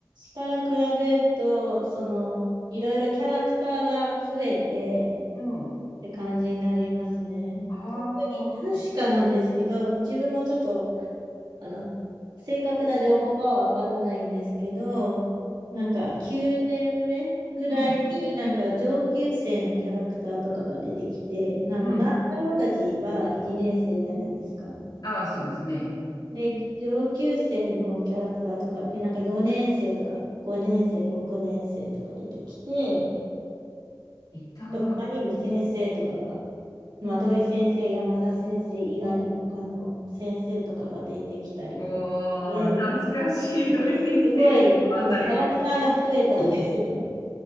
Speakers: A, on the right (about 75°); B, on the left (about 65°).
A: から比べると、その、いろいろキャラクターが増えて
B: うん。
A: って感じになりますね。
B: ああ、
A: 特に確かなんですけど、自分もちょっとあの、正確な情報かはわからないんですけど、なんか9年目ぐらいになんか上級生のキャラクターとかが出てきて、
B: うん、
A: あの、
B: うん。
A: 乱太郎たちは1年生じゃないですか。
B: ああ、そうですね。
A: で、上級生のキャラクターとか、えなんか4年生とか5年生、6年生とか出てきて、
B: いた。
A: と他にも先生とかが、まあ、土井先生、山田先生以外にも他の先生とかが出てきたりとかで、
B: おー、懐かしい、土井先生のあたりは。
A: すごい、あの、キャラクターが増えたんですよね。